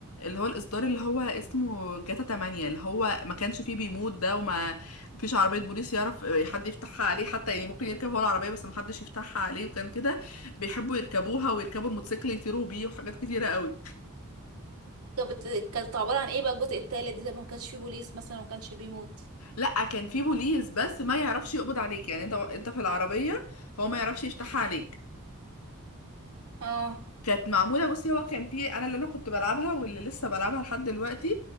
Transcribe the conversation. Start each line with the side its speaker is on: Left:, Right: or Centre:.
Left: هو الإصدار اللي هو اسمه جاتا 8 اللي هو ما كانش فيه بيموت ده وما فيش عربية بوليس يعرف حد يفتحها عليه حتى يعني ممكن يركب هو العربية بس ما حدش يفتحها عليه وكان كده بيحبوا يركبوها ويركبوا الموتوسيكل يطيروا بيه وحاجات كتيرة قوي
Right: كانت بت... كانت عبارة عن ايه بقى الجزء التالت ده ما كانش فيه بوليس مثلا وما كانش بيموت
Left: لا كان فيه بوليس بس ما يعرفش يقبض عليك يعني انت انت في العربية هو ما يعرفش يفتحها عليك
Right: اه
Left: كانت معمولة بصي هو كان فيه انا اللي انا كنت بلعبها واللي لسه بلعبها لحد دلوقتي